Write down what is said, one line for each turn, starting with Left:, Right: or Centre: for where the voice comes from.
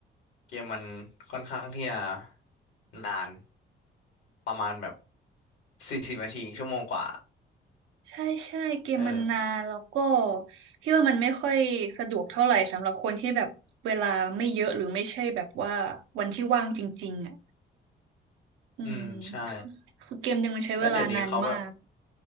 Left: เกมมันค่อนข้างที่จะนานประมาณแบบสี่สิบนาทีชั่วโมงกว่า
Right: ใช่ใช่เกมมันนานแล้วก็
Left: เออ
Right: พี่ว่ามันไม่ค่อยสะดวกเท่าไหร่สำหรับคนที่แบบเวลาไม่เยอะหรือไม่ใช่แบบว่าวันที่ว่างจริงๆอ่ะอืมคือคือเกมหนึ่งมันใช้เวลานานมาก
Left: อืมใช่แล้วเดี๋ยวนี้เขาแบบ